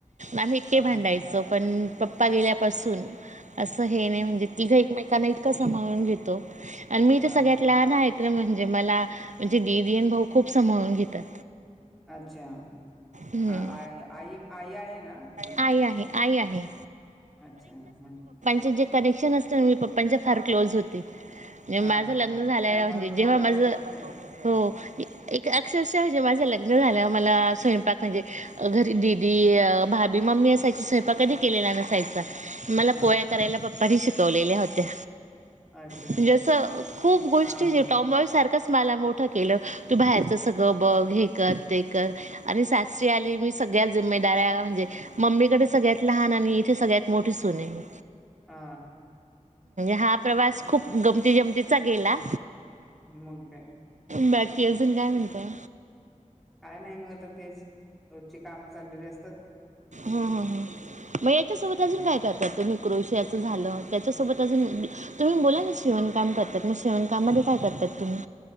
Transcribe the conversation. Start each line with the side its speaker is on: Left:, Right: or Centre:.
Right: आम्ही इतके
Centre: हां
Right: भांडायचो पण पप्पा गेल्यापासून असं हे नाही म्हणजे तिघं एकमेकांना इतकं सांभाळून घेतो आणि मी
Centre: हां
Right: तर सगळ्यात लहान आहेत. म्हणजे मला म्हणजे डीन भाऊ खूप समवून घेतात.
Centre: अच्छा.
Right: हम्
Centre: आ आई आई आई आहे ना तुम्हाला?
Right: आई आहे. आ आहे.
Centre: अच्छा हम्म.
Right: चे जे कनेक्शन असतं मी पप्पांच्या फार क्लोज होते.
Centre: हां.
Right: माझं लग्न झालं
Centre: त्यामुळे
Right: म्हणजे
Centre: तुम्हाला
Right: जेव्हा माझ
Centre: खूप ते
Right: हो. अक्षरशा जे माझं लग्न झालं मला स्वयंपाक म्हणजे घरी दिदी, भाभी, मम्मी मी असायचा स्वयंपा कधी केलेला नसायचा मला
Centre: हां
Right: पोळ्या करायला पप्पानी शिकवलेल्या होत्या.
Centre: अच्छा
Right: म्हणजे असं खूप गोष्टी
Centre: हां
Right: जे टॉम बॉय सार मला मोठ केलं तू बाहेरच सगळं बघ हे कर ते कर आणि सासरी आली मी सगळ्यात जिम्मेदाऱ्या म्हणजे मम्मीकडे सगळ्यात लहान आणि इथे सगळ्यात मोठी सून आहे मी.
Centre: हा.
Right: हा प्रवास खूप गमती जमतीचा गेला.
Centre: मग काय
Right: बाकी अजून काय म्हणताय?
Centre: काय नाही मग आता तेच रोजची कामं चाललेली असतात.
Right: हा हा हा मग याच्यासोबत
Centre: अगं
Right: अजून काय करतात तुम्ही? क्रोशियाच झालं. त्याच्यासोबत अजून तुम्ही बोला ना शेवणकाम करतात मग शेवणकाम मध्ये काय करतात तुम्ही?